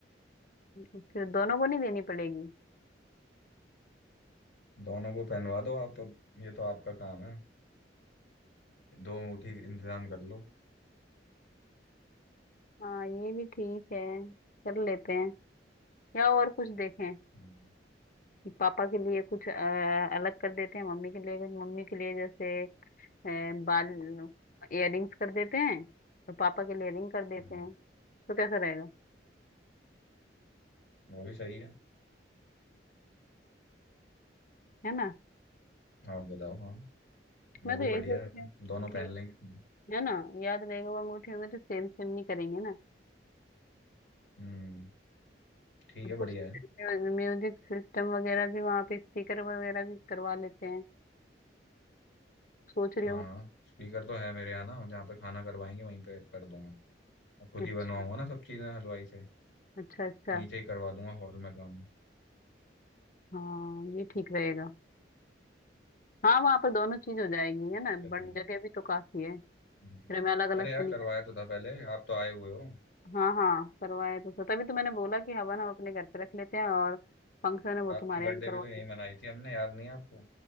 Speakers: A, on the left (about 50°); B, on the left (about 75°).
A: फिर दोनों को नहीं देनी पड़ेगी
B: दोनों को पहनवा दो आप अब ये तो आपका काम है दो अंगूठी इंतजाम कर लो
A: हाँ ये भी ठीक है कर लेते हैं या और कुछ देखें
B: हम्म
A: कि पापा के लिए कुछ अ, अलग कर देते हैं मम्मी के लिए कुछ मम्मी के लिए जैसे अ, बाल इयररिंग्स कर देते हैं और पापा के लिए रिंग कर देते
B: हम्म,
A: हैं तो कैसा रहेगा
B: वो भी सही है
A: है ना
B: आप बताओ हाँ
A: मैं
B: वो भी
A: तो यही
B: बढ़िया
A: सोच
B: है
A: रही हूँ
B: दोनों
A: कि
B: पहन लेंगे
A: है ना याद रहेगा वो अंगूठी होगी तो सेम सेम नहीं करेंगे ना
B: हम्म ठीक
A: और
B: है बढ़िया
A: कुछ
B: है
A: म्यूजिक सिस्टम वगैरह भी वहाँ पे स्पीकर वगैरह भी करवा लेते हैं सोच रही
B: हाँ
A: हूँ
B: हाँ स्पीकर तो है मेरे यहाँ ना जहाँ पे खाना करवाएंगे वहीं पे कर दूंगा मैं खुद
A: अच्छा
B: ही बनवाऊंगा ना सब चीज़ें हलवाई से
A: अच्छा अच्छा
B: नीचे ही करवा दूंगा हॉल में काम
A: हाँ ये ठीक रहेगा हाँ वहां पर दोनों चीज हो जाएगी
B: कोई
A: है
B: दिक्कत
A: ना बट
B: नहीं है
A: जगह भी तो काफी है फिर
B: हम्म।
A: हमें अलग अलग
B: अरे
A: से
B: यार
A: नहीं
B: करवाया
A: करना
B: तो था पहले आप तो आए हुए हो
A: हाँ हाँ करवाए तो सर तभी तो मैंने बोला कि हवन हम अपने घर पे रख लेते हैं और फंक्शन है वो
B: आपकी
A: तुम्हारे
B: बर्थडे
A: यहाँ करवा
B: भी तो यहीं
A: दे
B: मनाई थी हमने याद नहीं है आपको